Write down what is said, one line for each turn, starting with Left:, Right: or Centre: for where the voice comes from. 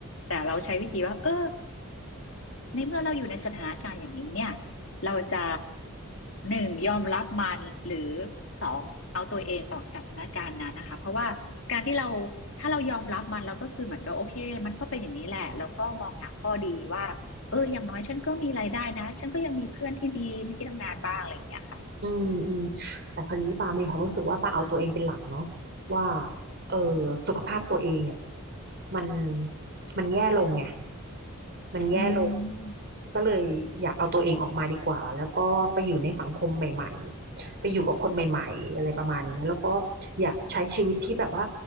Left: แต่เราใช้วิธีว่าเออ ในเมื่อเราอยู่ในสถานการณ์อย่างนี้เนี่ยเราจะหนึ่งยอมรับมันหรือสองเอาตัวเองออกจากสถานการณ์นั้นนะคะเพราะว่าการที่เราถ้าเรายอมรับมันเราก็คือเหมือนกับโอเคมันก็เป็นอย่างนี้แหละแล้วก็มองหาข้อเอออย่างน้อยฉันก็มีรายได้นะฉันก็ยังมีเพื่อนที่ดีที่ทำงานบ้างอะไรอย่างเงี้ยค่ะ
Right: อืมอืมแต่คราวนี้ปามีความรู้สึกว่าปาเอาตัวเองเป็นหลักเนาะว่าเออสุขภาพตัวเองอ่ะมันมันแย่ลงไงมันแย่ลง
Left: อืม
Right: ก็เลยอยากเอาตัวเองออกมาดีกว่าแล้วก็ไปอยู่ในสังคมใหม่ๆไปอยู่กับคนใหม่ๆอะไรประมาณอย่างเงี้ยแล้วก็อยากใช้ชีวิตที่แบบว่า